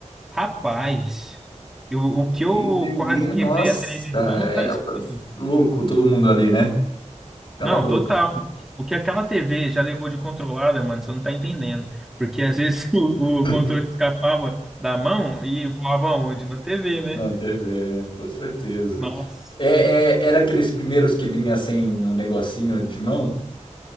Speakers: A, in the centre; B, on the left.
A: Rapaz, eu- o que
B: Eles
A: eu
B: deviam.
A: quase quebrei
B: Nossa,
A: a televisão não tá
B: era
A: escrito.
B: um louco todo mundo ali, né? Tava
A: Não,
B: louco.
A: total. O que aquela TV já levou de controlada, mano, você não tá entendendo. Porque às vezes <laughs> o,
B: <laughs>
A: o controle escapava da mão e voava onde? Na TV, né?
B: Na TV, né? com certeza.
A: Nossa.
B: É, é- era aqueles primeiros que vinha sem o negocinho de mão?